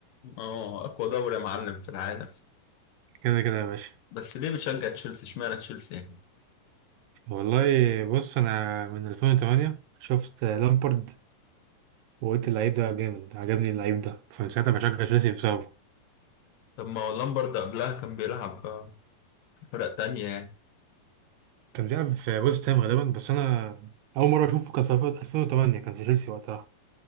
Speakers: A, on the left; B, on the right.
A: اه اقوى دوري يا معلم في العالم
B: كده كده يا باشا
A: بس ليه بتشجع تشيلسي اشمعنى تشيلسي يعني؟
B: والله بص انا من 2008 شفت لامبارد وقلت اللعيب ده جامد عجبني اللعيب ده فمن ساعتها بشجع تشيلسي بسببه
A: طب ما هو لامبرد قبلها كان بيلعب في فرق تانية يعني
B: كان بيلعب في ويست هام غالبا بس انا اول مره اشوفه كان في 2008 كان في تشيلسي وقتها